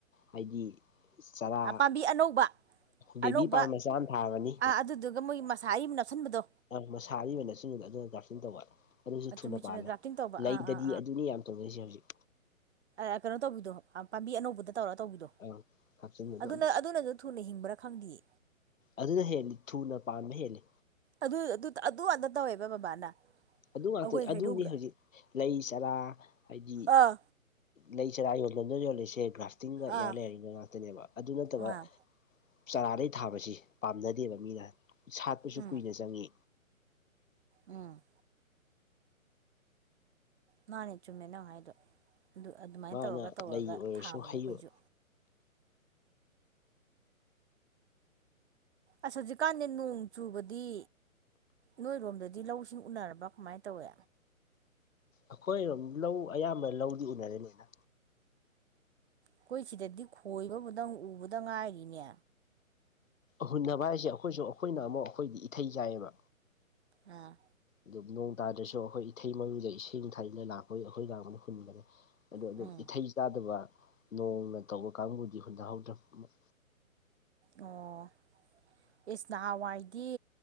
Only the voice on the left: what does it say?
ꯍꯥꯏꯗꯤ ꯆꯔꯥ
ꯕꯦꯕꯤ
ꯄꯥꯟ ꯃꯆꯥ ꯑꯃ ꯊꯥꯔꯅꯤ
ꯑꯪ ꯃꯁꯥ ꯑꯔꯤꯕ ꯅꯞꯁꯟꯕꯗꫭ ꯑꯗꯨꯅ ꯗ꯭ꯔꯥꯞꯇꯤꯡ ꯇꯧꯕ ꯑꯗꯨꯁꯨ ꯊꯨꯅ
ꯄꯥꯜꯂꯦ
ꯂꯩꯗꯗꯤ
ꯑꯗꯨꯅ ꯌꯥꯝ ꯇꯧꯅꯩꯖꯦ ꯍꯧꯖꯤꯛ
ꯑꯥ ꯍꯥꯞꯆꯤꯟꯕꯗꯣ
ꯑꯗꯨꯅ ꯍꯦꯜꯂꯤ ꯊꯨꯅ ꯄꯥꯟꯕ ꯍꯦꯜꯂꯤ
ꯑꯗꯨ ꯉꯥꯛꯇꯅꯦ
ꯑꯗꯨꯅꯦ
ꯍꯧꯖꯤꯛ ꯂꯩ ꯆꯔꯥ ꯍꯥꯏꯗꯤ
ꯂꯩ ꯆꯔꯥ ꯌꯣꯟꯕꯝꯗ ꯌꯣꯜꯂꯤꯁꯦ ꯒ꯭ꯔꯥꯐꯇꯤꯡꯒ ꯏꯌꯔ
ꯂꯌꯥꯔꯤꯡꯒ ꯉꯥꯛꯇꯅꯦꯕ ꯑꯗꯨ ꯅꯠꯇꯕ
ꯆꯔꯥꯗꯩ ꯊꯥꯕꯁꯤ ꯄꯥꯝꯅꯗꯦꯕ ꯃꯤꯅ ꯁꯥꯠꯄꯁꯨ
ꯀꯨꯏꯅ ꯆꯪꯉꯤ
ꯃꯥꯅ
ꯂꯩ ꯑꯣꯏꯔꯁꯨ
ꯍꯩ
ꯑꯣꯏꯔ
ꯑꯈꯣꯏꯔꫭꯝ ꯂꯧ ꯑꯌꯥꯝꯕ ꯂꯧꯗꯤ ꯎꯅꯔꯦ ꯂꯣꯏꯅ
ꯍꯨꯟꯅꯕ ꯍꯥꯏꯁꯦ ꯑꯈꯣꯏꯁꯨ ꯑꯈꯣꯏꯅ ꯑꯃꯨꯛ ꯑꯈꯣꯏꯗꯤ ꯏꯊꯩ ꯆꯥꯏꯌꯦꯕ
ꯑꯗꯨ‌ ꯅꯣꯡ ꯇꯥꯗ꯭ꯔꯁꯨ ꯑꯈꯣꯏ ꯏꯊꯩ ꯃꯔꯨꯗ ꯏꯁꯤꯡ ꯊꯟꯅ ꯂꯥꯛꯄꯒꯤ ꯑꯈꯣꯏ <unintelligible> ꯍꯨꯟꯕꯅꯦ ꯑꯗꯨ ꯑꯗꯨꯝ
ꯏꯊꯩ ꯆꯥꯗꯕ ꯅꯣꯡꯅ ꯇꯧꯕ ꯀꯥꯡꯕꯨꯗꯤ ꯍꯨꯟꯅꯍꯧꯗꯕ ꯑꯃꯨꯛ